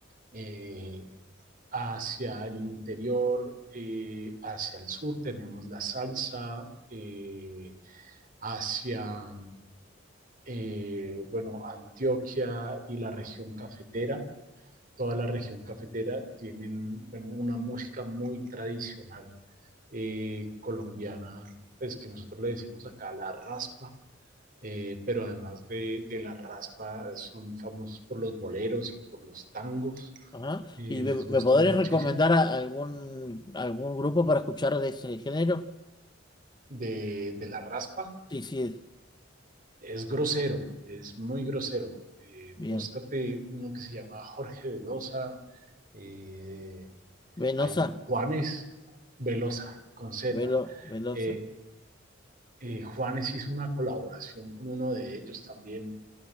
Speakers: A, on the right; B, on the left.
A: Eh, hacia el interior, eh, hacia el sur tenemos la salsa, eh, hacia, eh, bueno, Antioquia y la región cafetera. Toda la región cafetera tienen, bueno, una música muy tradicional eh, colombiana, pues que nosotros le decimos acá la raspa. eh, pero además de, de la raspa, son famosos por los boleros y por los tangos,
B: Ajá.
A: eh,
B: ¿Y
A: les
B: me, me
A: gustan
B: podrías
A: muchísimo.
B: recomendar a- algún, algún grupo para escuchar de ese género?
A: de, de la raspa
B: Sí, sí,
A: es grosero, es muy grosero. Eh,
B: bien.
A: búscate uno que se llama Jorge Velosa, eh,
B: Venosa,
A: hay Juanes Velosa con Z.
B: Velo, Velosa.
A: Eh, eh, Juanes hizo una colaboración con uno de ellos también,